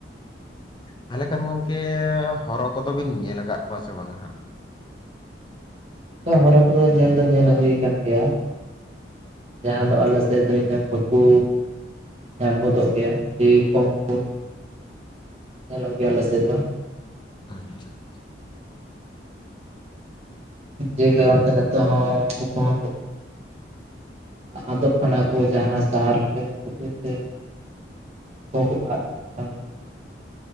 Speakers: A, on the left; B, on the right.
A: ᱛᱟᱦᱚᱞᱮ ᱠᱷᱟᱱ ᱜᱚᱝᱠᱮ ᱦᱚᱨᱚ ᱠᱚᱫᱚ ᱵᱤᱱ ᱧᱮᱞ ᱟᱠᱟᱜ ᱠᱚᱣᱟ ᱥᱮ ᱵᱟᱝᱟ ᱦᱟᱸᱜ?
B: ᱚᱱᱠᱟ ᱦᱚᱨᱚ ᱠᱚᱫᱚ ᱧᱮᱞ ᱫᱚ ᱧᱮᱞ ᱦᱩᱭ ᱠᱟᱱ ᱜᱮᱭᱟ। ᱡᱟᱦᱟᱸ ᱫᱚ ᱟᱞᱮ ᱥᱮᱫ ᱫᱚ ᱤᱱᱟᱹ ᱵᱟᱹᱠᱩ ᱧᱟᱢ ᱜᱚᱫᱚᱜ ᱜᱮᱭᱟ ᱟᱹᱰᱤ ᱠᱚᱢ ᱠᱚ ᱧᱮᱞᱚᱜ ᱜᱮᱭᱟ ᱟᱞᱮ ᱥᱮᱫ ᱫᱚ᱾
A: ᱟᱪᱪᱷᱟ ᱟᱪᱪᱷᱟ᱾
B: ᱡᱮ ᱠᱟᱨᱚᱱᱛᱮ ᱱᱤᱛᱚᱜ ᱦᱚᱸ ᱩᱱᱠᱩ ᱠᱚᱦᱚ ᱠᱚ <unintelligible> ᱟᱫᱚᱜ ᱠᱟᱱᱟ ᱠᱚ ᱡᱟᱦᱟᱸ ᱥᱟᱦᱟᱨ ᱠᱚ ᱠᱷᱟᱹᱛᱤᱨ ᱛᱮ᱾ ᱦᱚᱸ ᱦᱚᱸ ᱟᱫ᱾ ᱪᱟᱞᱟᱜ ᱠᱟᱱᱟ ᱱᱤᱛᱚᱜ ᱫᱚ